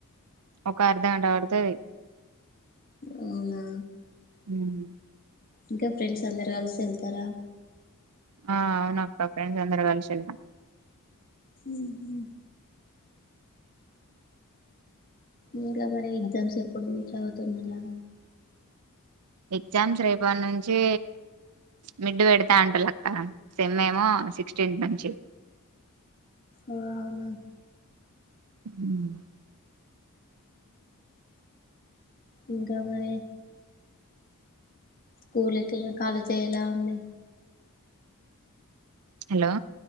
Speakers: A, on the right (about 85°); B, on the left (about 40°).
A: ఒక అర్ధ గంట పడ్తది.
B: అవునా
A: మ్
B: ఇంకా ఫ్రెండ్స్ అందరు కల్సి ఎళ్తరా
A: ఆ అవునక్క ఫ్రెండ్స్ అందర్ కల్సి ఎళ్తాం.
B: మ్ హ్ ఇంకా మరి ఎగ్జామ్స్ ఎప్పుడు చదువుతున్నారా
A: ఎగ్జామ్స్ రేపట్ నుంచి మిడ్ పెడ్తా అంటున్లక్క సేమ్ ఏమో సిక్స్టీన్థ్ నుంచి
B: ఆ అవునా
A: మ్
B: ఇంకా మరీ స్కూల్ ఎట్ల కాలేజ్ ఎలా ఉంది.
A: హలో!